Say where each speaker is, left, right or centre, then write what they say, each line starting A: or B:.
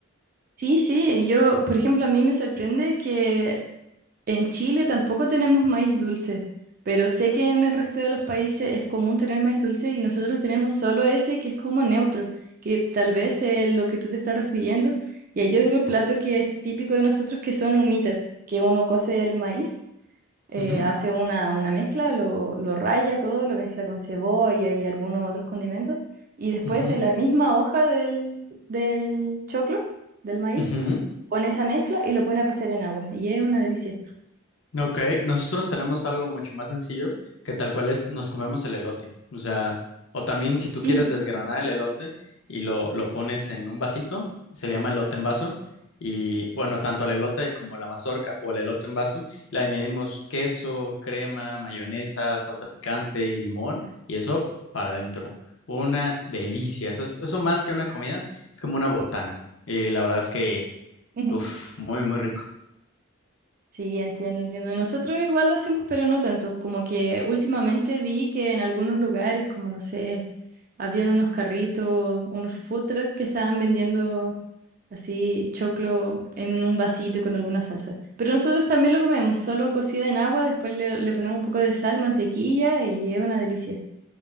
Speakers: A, on the right; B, on the left.
A: Sí, sí, yo, por ejemplo, a mí me sorprende que en Chile tampoco tenemos maíz dulce, pero sé que en el resto de los países es común tener maíz dulce y nosotros tenemos solo ese que es como neutro, que tal vez es lo que tú te estás refiriendo. Y hay otro plato que es típico de nosotros que son humitas, que uno cose el maíz eh,
B: Ujú,
A: hace una, una mezcla, lo, lo raya todo, lo mezcla con cebolla y algunos otros condimentos, y después
B: ujú,
A: en la misma hoja del, del choclo, del maíz,
B: ujú.
A: pone esa mezcla y lo pone a cocer en agua, y es una delicia.
B: Ok, nosotros tenemos algo mucho más sencillo que tal cual es nos comemos el elote. O sea, o también si tú
A: <laughs>
B: quieres
A: Ujú.
B: desgranar el elote y lo, lo pones en un vasito, se le llama elote en vaso. Y bueno, tanto al elote como la mazorca o al elote en vaso, le añadimos queso, crema, mayonesa, salsa picante, limón y eso para adentro. Una delicia. Eso es, eso más que una comida, es como una botana. Y la verdad es que,
A: Ujú.
B: uff, muy, muy rico.
A: Sí, entiendo, entiendo. Nosotros igual lo hacemos, pero no tanto. Como que últimamente vi que en algunos lugares, como no sé, habían unos carritos, unos food trucks que estaban vendiendo así choclo en un vasito con alguna salsa. Pero nosotros también lo comemos, solo cocido en agua, después le, le ponemos un poco de sal, mantequilla y es una delicia.